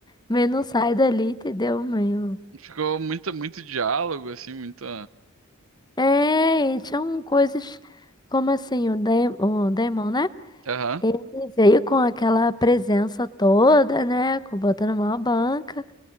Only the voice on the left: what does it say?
Meio não sai dali, entendeu? Meio.
É, e tinham coisas como assim, o, Dai- o Daemon, né?
Ele veio com aquela presença toda, né? com- Botando uma banca.